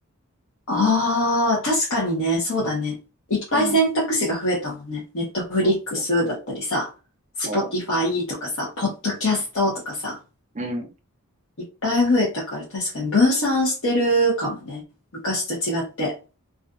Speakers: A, on the left; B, on the right.
A: ああ、確かにね、そうだね。いっぱい選択肢が増えたもんね。
B: うん。
A: ネットフリックスだったりさ、
B: そうそう。
A: スポティファイとかさ、
B: そ
A: ポッドキャストとかさ。
B: う。うん。
A: いっぱい増えたから確かに分散してるかもね。昔と違って、